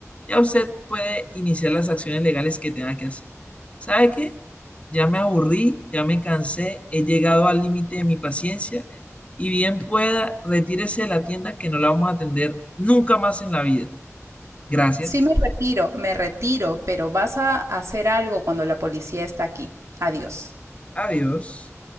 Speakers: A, on the left; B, on the right.
A: Ya usted puede iniciar las acciones legales que tenga que hacer. ¿Sabe qué? Ya me aburrí, ya me cansé, he llegado al límite de mi paciencia y bien pueda, retírese de la tienda que no la vamos a atender nunca más en la vida. Gracias.
B: Sí me retiro, me retiro, pero vas a hacer algo cuando la policía está aquí. Adiós.
A: Adiós.